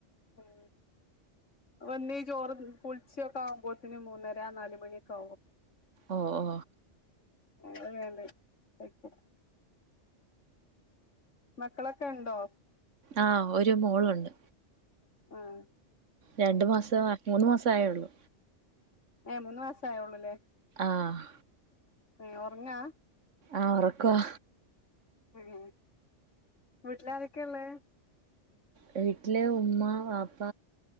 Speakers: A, on the left (about 85°); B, on the right (about 90°).
A: ഉം വന്ന് ചോറ് കുളിച്ചൊക്കെ ആവുമ്പോത്തിന് മൂന്നര നാല്മണിയൊക്കാകും
B: ഓ ഓ
A: വന്നുങ്ങാണ്ട് കയിക്കും മക്കളൊക്കെ ഉണ്ടോ
B: ആഹ് ഒരു മോളുണ്ട്
A: ആഹ്
B: രണ്ട് മാസം മൂന്ന് മാസെ ആയുള്ളൂ
A: ഏഹ് മൂന്നു മാസെ ആയുള്ളൂ ല്ലേ
B: ആഹ്
A: ഏഹ് ഒറങ്ങാ
B: ആഹ് ഒറക്കവാ
A: ഉമ് വീട്ടിൽ ആരോക്ക ഉള്ളേ
B: വീട്ടില് ഉമ്മ, വാപ്പ,